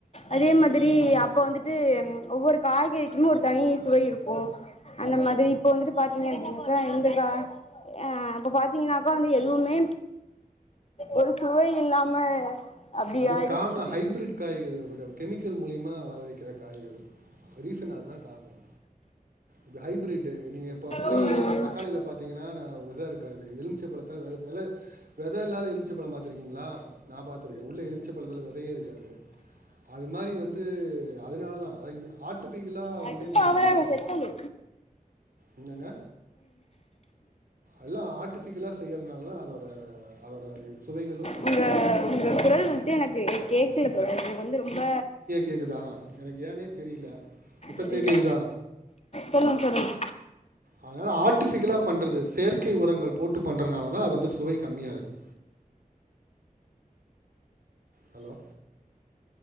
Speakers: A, on the left; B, on the right.
A: அதே மாதிரி
B: ஆ, ஆமாம்
A: அப்போ வந்துட்டு ஒவ்வொரு காய்கறிக்குமே ஒரு தனி சுவை இருக்கும் அப்போ அந்த
B: ம்
A: மாதிரி இப்ப வந்துட்டு பா க்கா இந்தக்க ஆஹ் இப்ப பாத்தீங்கன்னாக்கா வந்து எதுவுமே ஒரு சுவை இல்லாம அப்டி
B: அது
A: ஆயிடுச்சு
B: காரணம் ஹைப்ரட் காய்யில்ல மேடம் கெமிக்கல் மூலியம் வரவைக்கிர காய்கள் ரிசன் அதாகாரணம் இது ஹைபிரிட் நீ ங்க இப்ப போய்
A: ம்
B: தக்காளீள பாத்துங்கனா வித இருக்காது எலுமிச்சம் பழத்த வித இல்லாத எலுமிச்சம் பாத்திருகிங்களா நா பாத்துருக்கேன் உள்ள எலுமிச்ச பலதுல விதையே இருக்காது அது மாதிரி வந்து அதனாலதான் அத ஆர்டிபிஷியலா
A: கடுப்பாவுறாங்க
B: வந்து நம்ம
A: செத்தணு
B: என்ங்கங்க எல்லாம் ஆர்ட்டிபிஷியலா செய்யறதுனாலதான் அதோட அதோட சுவைகளும் கம்மியாகுது
A: உங்க உங்க குரல் வந்துட்டு எனக்கு கேக்கல தொழறே அதுக்கு வந்து ரொம்ப
B: கேக்குதா எனக்கு ஏனே தெரியல இப்ப
A: தெரில
B: கேக்குதா
A: சொல்லுங்க சொல்லுங்க
B: அதனால ஆட் பிசிகலா பண்றது செயற்கை உரங்கள் போட்டு பண்றதால தான் அது வந்து சுவை கம்மியா இருக்கு ஹலோ